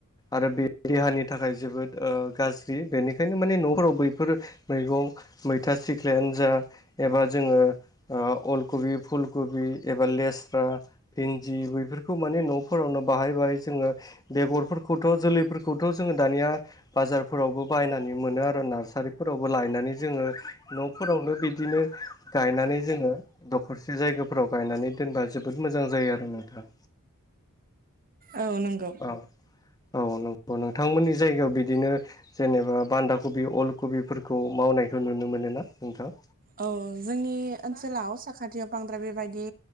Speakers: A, on the left; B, on the right.
A: आरो बे देहानि थाखाय जोबोद ओ गाज्रि बेनिखायनो माने नखराव बैफोर मैगं मैथा सिख्लायानो जा एबा जोङो ओ अलकबि फुल खबि एबा लेस्रा भिन्दि बैफोरखौ माने न'फोरावनो बाहाय बाहाय जोङो बेगरफोरखौथ' जोलैफोर खौथ' जोङो दानिया बाजारफोरावबो बायनानै मोनो आरो नार्सारिफोरावबो लायनानै जोङो न'फोरावनो बिदिनो गायनानै जोङो दखर से जायगाफोराव गायनानै दोनबा जोबोद मोजां जायो आरो नोंथां
B: औ नंगौ।
A: अ औ नों नंगौ नोंथांमोननि जायगायाव बिदिनो जेनेबा बान्दा कबि अल कबिफोरखौ मावनाय खो नुनो मोनोना नोंथां?
B: औ जोंनि ओनसोलाव साखाथियाव बांद्राय बेबायदि